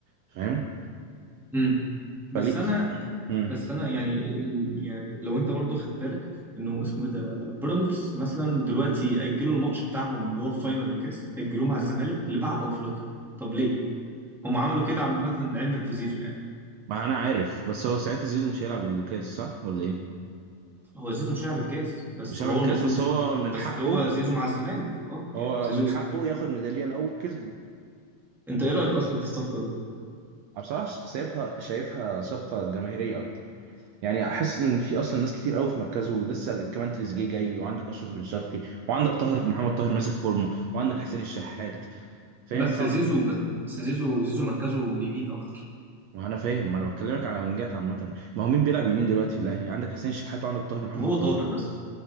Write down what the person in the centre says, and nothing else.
مم. بس
انا
بس انا يعني ال- يعني لو انت برضو خد بالك انه اسمه ايه ده بيراميدز مثلا دلوقتي اجلوا الماتش بتاعهم اللي هو في فاينل الكاس اجلوه مع الزمالك لبعد افريقيا طب ليه هم عملوا كده عامه عندنا في زيزو يعني
هو زيزو مش هيلعب الكاس بس
هو
المفروض
زيزو
يكون-
بس
هو زيزو مع الزمالك اه
يعني زيزو
ستيل.
انت ايه رايك اصلا في الصفقه دي
بس
زيزو بس زيزو زيزو مركزه يمين اكتر
هو طاهر
بس